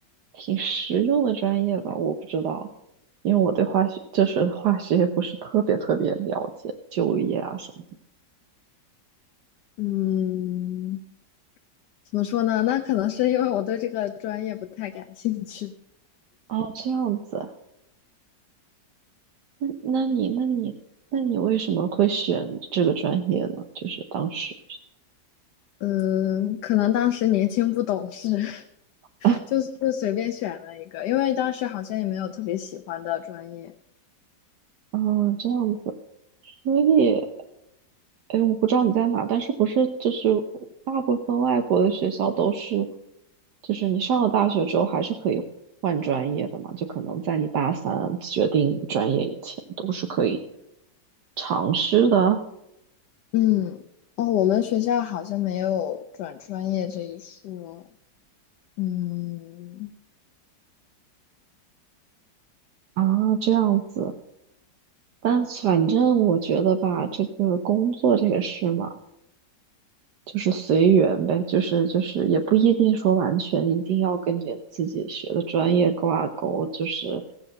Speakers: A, on the right; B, on the left.
A: 挺实用的专业吧，我不知道，因为我对化学就是化学不是特别特别了解，就业啊什么的。
B: 嗯，怎么说呢？那可能是因为我对这个专业不太感兴趣。
A: 哦，这样子，那那你那你那你为什么会选这个专业呢？就是当时
B: 嗯，可能当时年轻不懂事，<laughs>
A: 啊
B: 就就随便选了一个，因为当时好像也没有特别喜欢的专业。
A: <laughs>，这样子。所以，哎，我不知道你在哪，但是不是就是大部分外国的学校都是，就是你上了大学之后还是可以换专业的嘛？就可能在你大三决定专业以前都是可以尝试的
B: 嗯，哦，我们学校好像没有转专业这一说。嗯
A: 啊，这样子。但反正我觉得吧，这个工作这个事嘛。就是随缘呗，就是就是也不一定说完全一定要跟你自己学的专业挂钩，就是